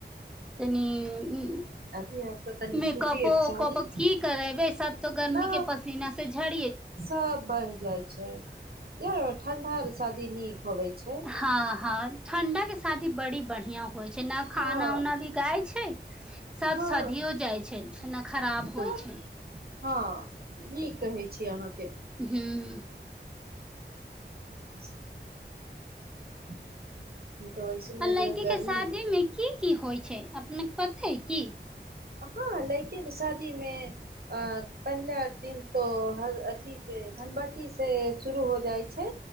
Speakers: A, in the centre; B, on the right.
A: तनी
B: अभी आर तऽ तनी
A: मेकअप
B: सूतीर
A: ओकप
B: साड़ी
A: की करे बैस तो गर्मी
B: न
A: के पसीना से झड़ त
B: सब बनि जाइ छै यार ठण्डा र शादी नीक होबै छै
A: हँ हँ ठण्डा के शादी बड़ी बढ़िया हए जेना
B: हँ
A: खाना उना भी गााय छै सब
B: हँ
A: सधियो जाइ छैना खराब होइ
B: तऽ
A: छै
B: हँ न कहै छी अहाँ
A: हँ
B: अ <inaudible> वैसने
A: अलाइकी
B: रह गर्मी
A: क शादी मे की की होइ छै अपने के पते है की
B: हँ लेके कि शादी मे अ पहला दिन तो अी से धनबट्टी से शुरू हो जाइ छै